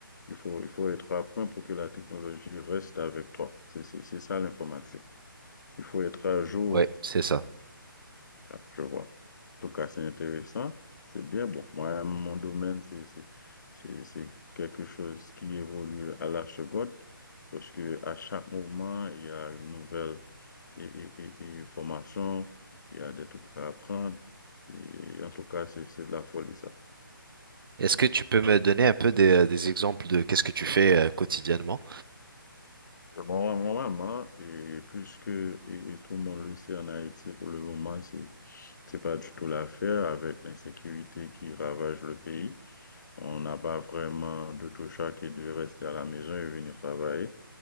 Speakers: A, on the left; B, on the right.
A: il faut, il faut être à point pour que la technologie reste avec toi. C'est, c'est, c'est ça l'informatique. Il faut être à jour
B: Oui, c'est ça.
A: Ah, Je vois. En tout cas, c'est intéressant. C'est bien. Bon, moi, mon domaine, c'est, c'est, c'est, c'est quelque chose qui évolue à la seconde, parce que à chaque moment, il y a une nouvelle et, et- et- et formation, il y a des trucs à apprendre. Et en tout cas, c'est, c'est de la folie, ça.
B: Est-ce que tu peux me donner un peu des, euh, des exemples de qu'est-ce que tu fais euh, quotidiennement?
A: Bon, normalement, et puisque et, et tout le monde le sait en Haïti, pour le moment, c'est, c'est pas du tout l'affaire avec l'insécurité qui ravage le pays. On n'a pas vraiment d'autre choix que de rester à la maison et venir travailler.